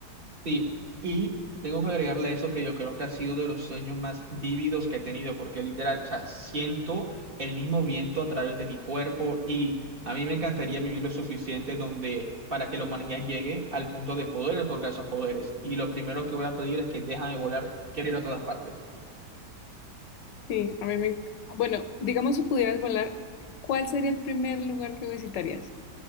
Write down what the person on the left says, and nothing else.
Sí, a mí me... enc- Bueno, digamos si pudieras volar, ¿cuál sería el primer lugar que visitarías?